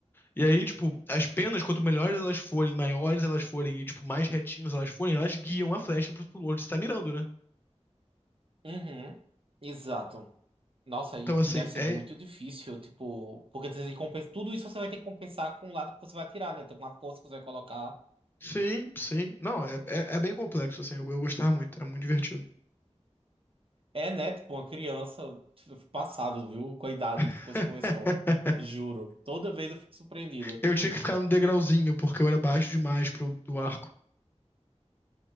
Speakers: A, on the left; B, on the right.
A: E aí, tipo, as penas, quanto melhores elas forem, maiores elas forem e, tipo, mais retinhas elas forem, elas guiam a flecha pro pro onde você tá mirando, né?
B: Uhum. Exato. Nossa,
A: Então,
B: e,
A: assim,
B: e deve ser
A: é
B: muito difícil, tipo, porque você tem que compensar tudo isso você vai ter que compensar com o lado que você vai tirar, né? Tem uma força que você vai colocar.
A: Sim, sim. Não, é, é, é bem complexo, assim. Eu, eu gostava muito, é muito divertido.
B: É, né? Tipo, uma criança tipo, passado, viu? Com a idade
A: <laughs>
B: que depois começou. Juro. Toda vez eu fico surpreendido.
A: Eu tinha que ficar no degrauzinho, porque eu era baixo demais pro, do arco.